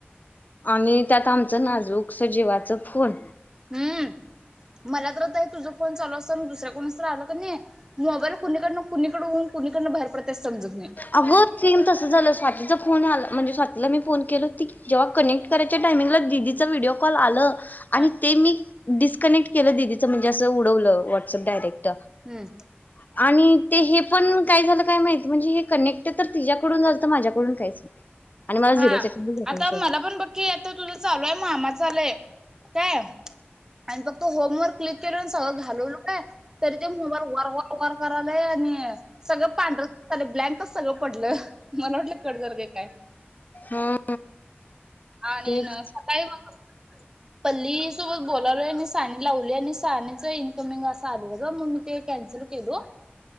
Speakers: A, on the left; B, on the right.
A: आणि त्यात आमचं नाजूक स जिवाचं फोन.
B: नाही हम्म मला तर आता हे तुझं फोन चालू असताना दुसऱ्या कुणाचं तर आलं का नाही, मोबाईल कुणीकडनं कुणीकडं होऊन कुणीकडन बाहेर पडतंय समजत नाही.
A: अगं सेम तसं झालं स्वातीचा फोन आ म्हणजे स्वातीला मी फोन केलं की जेव्हा ती कनेक्ट करायच्या टायमिंगला दिदीचा व्हिडिओ कॉल आलं आणि
B: हा
A: ते मी डिस्कनेक्ट केलं दिदीचं म्हणजे असं उडवलं व्हॉट्सॲप डायरेक्ट
B: हम्म
A: <unintelligible> आणि ते हे पण काय झालं काय माहित म्हणजे हे कनेक्ट तर तिच्याकडून झालंत माझ्याकडून काहीच नाही. आणि मला
B: हां
A: झिरो सेकंड भेटल
B: आता
A: शेवटी
B: मला पण बघ की आता तुझं चालू आहे म मामाचं आलंय. काय, आणि फक्त होमवर्क क्लिक करून सगळं घालवलं काय, तरी ते मोबाईल वर वर वर करा आणि सगळं पांढर ब्लँकच सगळं पडलं मला वाटलं कड जर का काय
A: ह
B: आणि
A: तेच
B: सकाळी मग पल्ली सोबत बोलालोय आणि साणी लावली आणि सानेचा इन्कमिंग असा आले बघ मग मी ते कॅन्सल केलो.